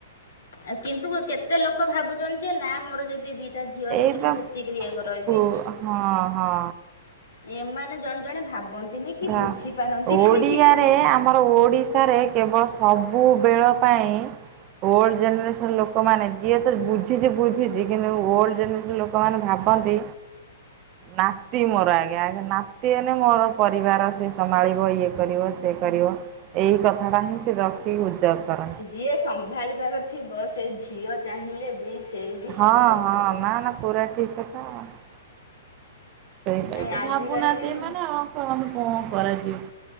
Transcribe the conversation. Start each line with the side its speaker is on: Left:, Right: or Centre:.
Left: ଆ କିନ୍ତୁ କେତେ ଲୋକ ଭାବୁଛନ୍ତି ଯେ ନା ମୋର ଯଦି ଦି ଟା ଝିଅ ହେଇଛି
Right: ଏଇବା
Left: ମୁଁ ସେତିକି <unintelligible> ରହିବି।
Right: ପୁ ହଁ ହଁ
Left: ଏମାନେ ଜଣେ ଜଣେ ଭାବନ୍ତିନି କି
Right: ଧା
Left: ବୁଝିପାରନ୍ତି
Right: ଓଡ଼ିଆରେ
Left: ବି କି କଣ।
Right: ଆମର ଓଡ଼ିଶାରେ କେବଳ ସବୁବେଳ ପାଇଁ ଓଲ୍ଡ ଜେନେରେସନ୍ ଲୋକମାନେ ଯିଏ ତ ବୁଝିଛି ବୁଝିଛି କିନ୍ତୁ ଓଲ୍ଡ ଜେନେରେସନ୍ ଲୋ କମାନେ ଭାବନ୍ତି ନାତି ମୋର ଆଜ୍ଞା ଆଜ୍ଞା ନାତି ହେଲେ ମୋର ପରିବାର ସେ ସମାଳିବ ଇଏ କରିବ ସେ କରିବ। ଏଇ କଥା ଟା ହିଁ ସେ ରଖିକି ଗୁଜବ କର
Left: ଯିଏ ସମ୍ଭାଳିବାର ଥିବ ସେ ଝିଅ ଚାହିଁଲେ ବି ସେଇ ବି
Right: ହଁ
Left: ସମ୍ଭାଳି
Right: ହଁ
Left: ପାରିବ।
Right: ନା ନା ପୁରା ଠିକ୍ କଥା। ସେଇଟା
Left: କାହିଁ
Right: ବି ତ
Left: ଆଜିକାଲି
Right: ଭାବୁନାହାନ୍ତି
Left: ବି ମୁଁ
Right: ଏମାନେ ଆଉ <unintelligible> କଣ କରାଯିବ?